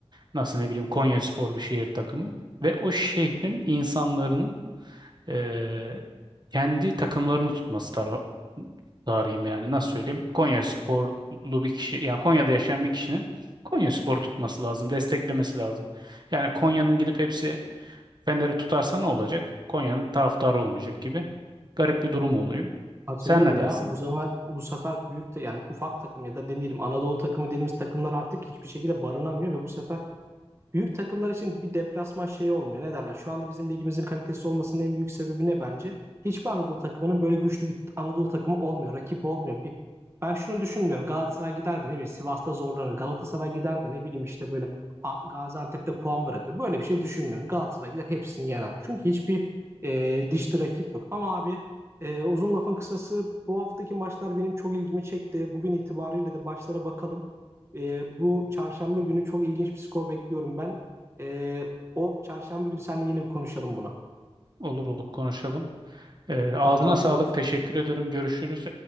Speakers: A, on the right; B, on the right.
A: nasıl ne bileyim Konyaspor bir şehir takımı ve o şehrin insanların e, kendi takımlarını tutması tara tarihim yani nasıl söyleyeyim? Konyasporlu bir kişi yani Konya'da yaşayan bir kişinin Konyaspor tutması lazım, desteklemesi lazım. Yani Konya'nın gidip hepsi Fener'i tutarsa ne olacak? Konya'nın taraftarı olmayacak gibi garip bir durum oluyor.
B: Hatırlıyorum
A: Sen ne dersin?
B: ya. Bu zaman bu sefer büyük de yani ufak takım ya da ne diyelim Anadolu takımı dediğimiz takımlar artık hiçbir şekilde barınamıyor ve bu sefer büyük takımlar için bir deplasman şeyi olmuyor. Ne derler? Şu anda bizim ligimizin kalitesi olmasının en büyük sebebi ne bence? Hiçbir Anadolu takımının böyle güçlü bir Anadolu takımı olmuyor. Rakip olmuyor. Bir, ben şunu düşünmüyorum. Galatasaray gider de ne bileyim Sivas'ta zorlanır. Galatasaray gider de ne bileyim işte böyle A- Gaziantep'te puan bırakır. Böyle bir şey düşünmüyorum. Galatasaray gider hepsini yener. Çünkü hiçbir e, dişli rakip yok. Ama abi e, uzun lafın kısası bu haftaki maçlar benim çok ilgimi çekti. Bugün itibariyle de başlara bakalım. E, bu çarşamba günü çok ilginç bir skor bekliyorum ben. E, o çarşamba günü seninle yeni bir konuşalım bunu.
A: Olur olur konuşalım. Ee, ağzına
B: Tamam abi.
A: sağlık.
B: Görüşürüz.
A: Teşekkür ederim. Görüşürüz.